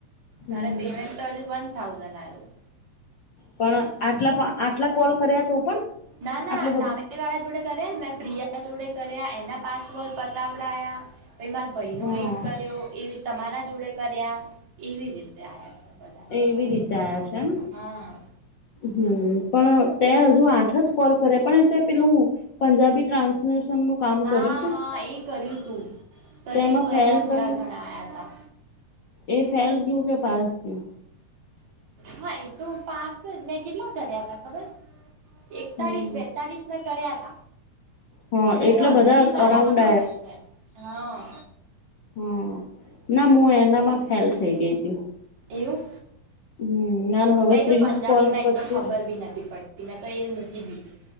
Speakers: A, on the left; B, on the right.
A: હમ
B: મારે પેમેન્ટ તો હજુ વન થાઉઝન્ડ આવ્યું
A: પણ આટલા આટલા કોલ કર્યા તો પણ
B: ના ના
A: આટલો બધો
B: સામે વાળા જોડે કરે ને મેં પ્રિયા જોડે કર્યા એના પાંચ કોલ પતાવડાયા પ મારા ભાઈનો
A: હા
B: એક કર્યો એ તમારા જોડે કર્યા એવી રીતે આવ્યા છે. વધારે
A: એવી રીતે આવ્યા છે. એમ
B: હા
A: હમ પણ તે હજુ આઠ જ કોલ કરે પણ તે પેલું પંજાબી ટ્રાન્સલેશ નું કામ
B: હા
A: કર્યું તું
B: હા એ કર્યું તું કર્યું
A: તેમાં
B: તું
A: ફેલ
B: એના થોડા
A: કયો
B: ઘણા આવ્યા હતા
A: એ ફેલ કયું કે પાસ કયું.
B: હા એ તો પાસ જ મેં કેટલા કર્યા હતા ખબર એકતાળીસ
A: હમ
B: બેતાળીસ કર્યા ત
A: હા
B: ને
A: એટલે
B: તો
A: બધા
B: હજુ બી મારા
A: અરાઉન્ડ
B: માં આવે છે હા
A: હમ ના હું એનામાં ફેલ થઈ ગઈ હતી.
B: એ યુ.
A: હમ માર હવે
B: એ
A: ત્રીસ
B: તો પંજાબીમાં
A: કોલ પચીસ
B: એક પણ ખબર ભી નથી પડતી મેં તો એ મૂકી દીધું.